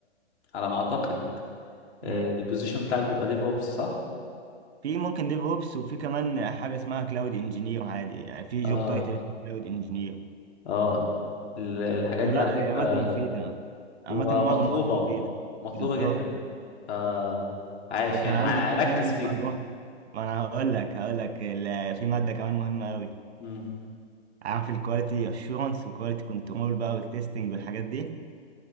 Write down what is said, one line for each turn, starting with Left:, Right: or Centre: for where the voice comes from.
Left: على ما اعتقد
Right: مم.
Left: آه، البوزيشن بتاعك بيبقى ديف اوبس صح؟
Right: في ممكن ديف اوبس وفي كمان حاجه اسمها كلاود انجينير عادي يعني في
Left: اه
Right: جوب تايتل اسمه كلاود انجينير
Left: اه ال- الحاجات
Right: فلا
Left: دي على فكرة
Right: هي ماده مفيده عامه
Left: هو
Right: معظم
Left: مطلوبة
Right: المواد مفيده
Left: مطلوبة
Right: بالظبط
Left: جدا ف عايش
Right: وكان
Left: يعني
Right: عندي
Left: ع-
Right: كمان
Left: ركز
Right: محاضرة
Left: فيهم
Right: ما أنا هقول لك هقول لك ال- في مادة كمان مهمة أوي
Left: مم.
Right: عارف الكواليتي أشورنس والكواليتي كنترول بقى والتستنج والحاجات دي